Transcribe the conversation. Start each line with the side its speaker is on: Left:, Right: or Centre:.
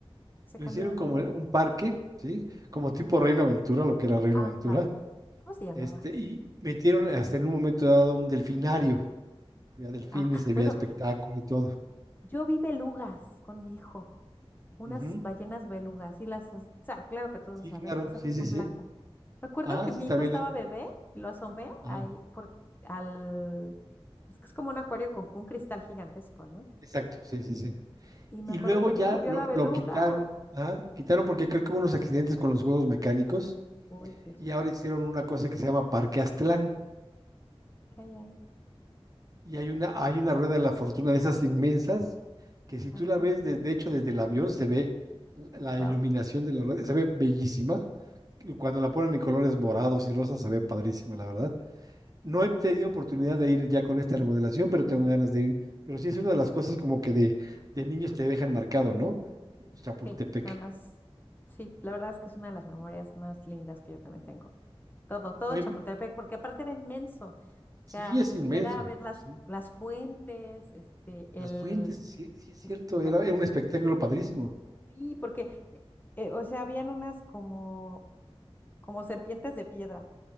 Left: Se
Right: Lo
Left: cambió
Right: hicieron
Left: de
Right: como
Left: nombre.
Right: un parque, ¿sí? Como tipo Reino Aventura, lo que era Reino
Left: Ándale.
Right: Aventura.
Left: ¿Cómo se llamaba?
Right: Este, y metieron hasta en un momento dado un delfinario. Había delfines,
Left: Ah,
Right: y había
Left: bueno,
Right: espectáculo y todo.
Left: yo vi belugas con mi hijo, unas
Right: Ujú.
Left: ballenas belugas, y las, o sea, claro que tú
Right: Sí,
Left: debes saber,
Right: claro,
Left: esas
Right: sí,
Left: que
Right: sí,
Left: son
Right: sí.
Left: blancas. me acuerdo
Right: Ah,
Left: que mi
Right: sí, también.
Left: hijo estaba
Right: lo-
Left: bebé y lo asomé
Right: Ah,
Left: ahí por, al... Es que es como un acuario con un cristal gigantesco, ¿no?
Right: exacto, sí, sí, sí.
Left: Y me
Right: Y
Left: acuerdo
Right: luego
Left: que
Right: ya
Left: mi hijo vio
Right: lo,
Left: la beluga.
Right: lo quitaron, ah, Quitaron porque creo que hubo unos accidentes con los juegos mecánicos
Left: Uy, Dios,
Right: y ahora hicieron una cosa que se llama Parque Aztlán.
Left: ¿qué hay ahí?
Right: Y hay una, hay una rueda de la fortuna de esas inmensas que si
Left: Ajá,
Right: tú la ves, de, de hecho desde el avión se ve la
Left: wow.
Right: iluminación de la rueda, se ve bellísima. Y Cuando la ponen en colores morados y rosas se ve padrísima, la verdad. No he tenido oportunidad de ir ya con esta remodelación, pero tengo ganas de ir. Pero sí es una de las cosas como que de, de niños te dejan marcado, ¿no? Chapultepec.
Left: Sí, no, no, es... Sí, la verdad es que es una de las memorias más lindas que yo también tengo. Todo, todo
Right: Oye,
Left: Chapultepec,
Right: me-
Left: porque aparte era inmenso. O
Right: sí
Left: sea,
Right: es inmenso.
Left: era ver las,
Right: sí.
Left: las fuentes, este, el...
Right: Las fuentes, sí, sí es cierto,
Left: el-
Right: era
Left: ¿Te acuerdas?
Right: era un espectáculo padrísimo.
Left: Sí, porque, eh, eh, o sea, habían unas como como serpientes de piedra.